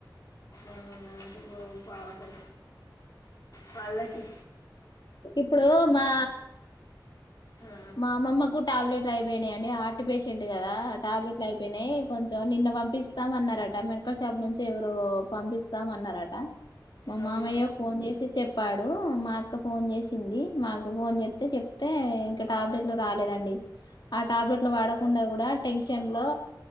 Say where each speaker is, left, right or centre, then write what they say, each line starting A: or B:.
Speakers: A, on the left; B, on the left.
A: అవునా పో పాకో పాలకి
B: ఇప్పుడు మా
A: ఆ,
B: మా అమ్మమ్మకు టాబ్లెట్ అయిపోయినాయి అండి. హార్ట్ పేషెంట్ కదా. టాబ్లెట్లు అయిపోయినాయి. కొంచెం నిన్న పంపిస్తాం అన్నారట. మెడికల్ షాప్ నుంచి ఎవరు పంపిస్తాం అన్నారట. మా
A: అవును
B: మామయ్య ఫోన్ చేసి చెప్పాడు. మాక్ క్క ఫోన్ చేసింది మాకు ఫోన్ చెత్తే చెప్తే ఇంకా టాబ్లెట్లు రాలేదంన్ ఉంది ఆ టాబ్లెట్లు వాడకుండా, కూడా టెన్షన్ లో,